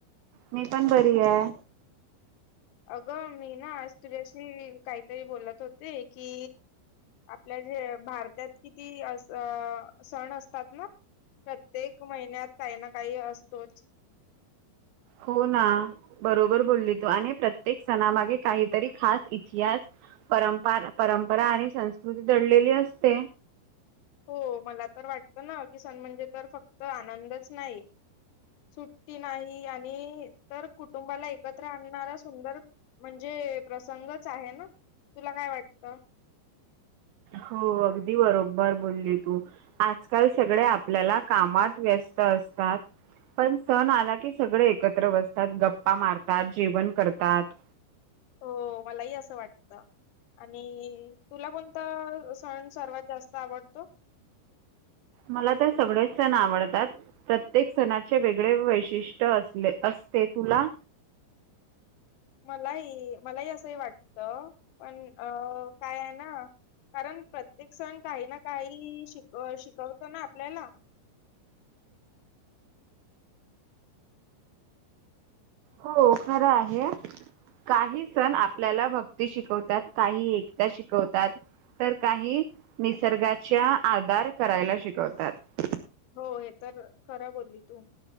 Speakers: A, on the right; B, on the left.
A: मी पण बरी आहे
B: अगं मी ना आज तुझ्याशी काहीतरी बोलत होते की आपल्या जे भारतात किती अस सण असतात ना प्रत्येक महिन्यात काही ना काही असतोच
A: हो ना बरोबर बोलली तू आणि प्रत्येक सणामागे काहीतरी खास इतिहास परंप परंपरा आणि संस्कृती दडलेली असते
B: हो मला तर वाटतं ना सण म्हणजे तर फक्त आनंदच नाही सुटी नाही आणि तर कुटुंबाला एकत्र आणणारा सुंदर म्हणजे प्रसंगच आहे ना तुला काय वाटत
A: हो अगदी बरोबर बोलली तू आजकाल सगळे आपल्याला कामात व्यस्त असतात पण सण आला की सगळे एकत्र बसतात गप्पा मारतात जेवण करतात
B: हो मलाही असं वाटत आणि तुला कोणता सण सर्वात जास्त आवडतो
A: मला तर सगळे सण आवडतात प्रत्येक सणाचे वेगळे वैशिष्ट्य अस ते तुला
B: <inaudible> मलाही मलाही असंही वाटतं पण अ काय आहे ना कारण प्रत्येक सण काही ना काही शिक शिकवतो ना आपल्याला
A: हो खरं आहे काही सण आपल्याला भक्ती शिकवतात काही एकता शिकवतात तर काही निसर्गाच्या आधार करायला शिकवतात
B: हो हे तर खरा बोलली तू